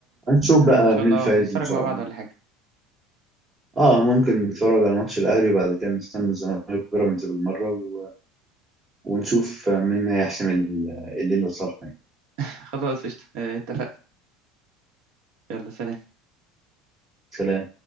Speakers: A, on the right; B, on the right.
A: هنشوف بقى
B: يعني إن شاء
A: مين
B: الله
A: الفايز
B: نتفرج
A: ان شاء
B: مع بعض
A: الله
B: ولا حاجة
A: اه ممكن نتفرج على ماتش الاهلي وبعد كده نستنى الزمالك وبيراميدز بالمره و... ونشوف مين هيحسم ال- الليله صالحه يعني
B: <laughs> خلاص قشطة أه، اتفقنا يلا سلام
A: سلام